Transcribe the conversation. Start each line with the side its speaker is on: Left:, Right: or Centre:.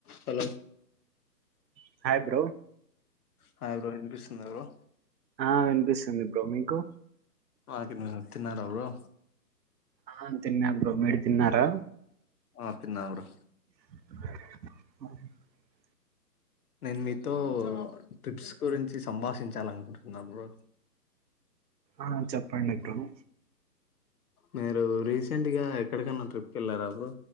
Left: Hello
Right: hello hi bro
Left: hi bro వినిపిసు స్తుంద bro
Right: ఆ వినిపిస్తుంది బ్రో మీకు
Left: నాకు విను <unintelligible> తిన్నారా బ్రో
Right: ఆ తిన్నా బ్రో మీరు తిన్నారా
Left: ఆ తిన్నా బ్రో
Right: అ
Left: నేను మీతో ట్రిప్స్ గురించి సంభాషించాలనుకుంటున్నా బ్రో
Right: ఆ చెప్ప కండెక్టరు
Left: మీరు రీసెంట్ గా ఎక్కడికన్నా ట్రిప్ కీ వెళ్ళారా బ్రో